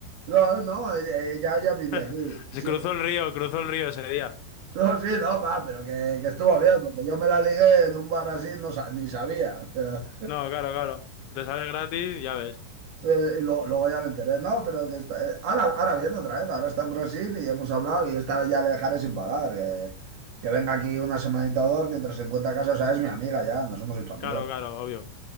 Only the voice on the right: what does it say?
No, no, ella, ella
vivía aquí. Sí,
No, sí, no, pa, pero que, que estuvo bien, porque yo me la ligué en un bar así, no sa- ni sabía. o sea,
eh, y lo- luego ya me enteré, no, pero que está, eh, ahora, ahora viendo otra vez, ahora está en Brasil y hemos hablado y esta vez ya le dejaré sin pagar. Que, que venga aquí una semanita o dos mientras se encuentra casa, o sea, es mi amiga ya, nos hemos hecho amigos.